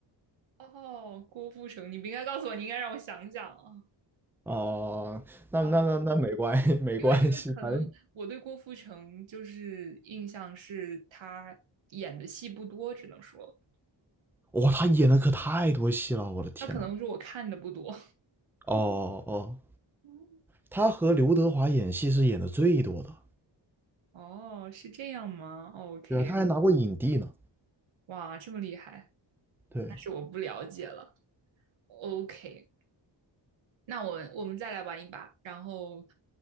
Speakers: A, on the right; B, in the centre.
A: 哦，郭富城，你不应该告诉我，你应该让我想想啊
B: 哦，那那那那没关系，
A: 啊，
B: 没关系，
A: 因为因为可能我对郭富城就是印象是他演的戏不多，
B: 反正
A: 只能说
B: 哇、他演的可太多戏了，我的天呐！
A: 他可能是我看的不多。
B: 哦哦，
A: <laughs>
B: 他和刘德华演戏是演的最多的，
A: 哦，是这样吗？OK，
B: 对啊，他还拿过影帝呢。
A: 哇，这么厉害，
B: 对，
A: 那是我不了解了。OK，那我们我们再来玩一把。然后